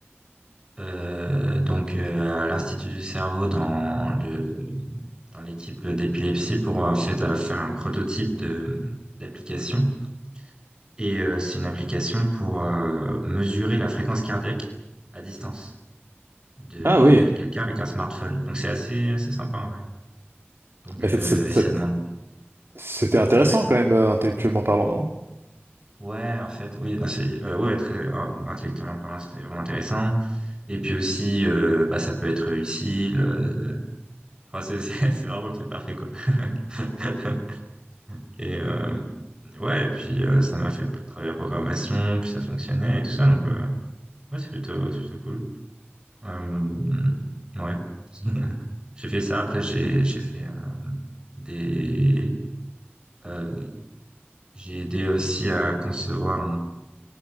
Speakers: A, on the right (about 20°); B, on the right (about 70°).
A: euh, donc euh, à l'Institut du cerveau dans le dans l'équipe d'épilepsie pour en fait euh, faire un prototype de d'application. Et euh, c'est une application pour euh, mesurer la fréquence cardiaque à distance de
B: Ah
A: de
B: oui,
A: quelqu'un avec un smartphone. Donc c'est assez assez sympa ouais. Donc
B: mais cette,
A: euh,
B: cette, cette-
A: et ça demande
B: C'était intéressant
A: ouais.
B: quand même, euh, intellectuellement parlant, non?
A: Ouais, en fait, oui, non, c'est euh, ouais, très euh, intellectuellement parlant, c'était vraiment intéressant. Et puis aussi, euh, bah, ça peut être utile. euh, Enfin, c'est c'est- <laughs> c'est vraiment le truc parfait, quoi. <laughs> Et euh, ouais, et puis euh, ça m'a fait travailler la programmation, puis ça fonctionnait et tout ça. Donc euh, ouais, c'est plutôt, c'est plutôt cool. Euh, ouais. <laughs> J'ai fait ça. Après, j'ai j'ai fait euh, des, euh, j'ai aidé aussi à concevoir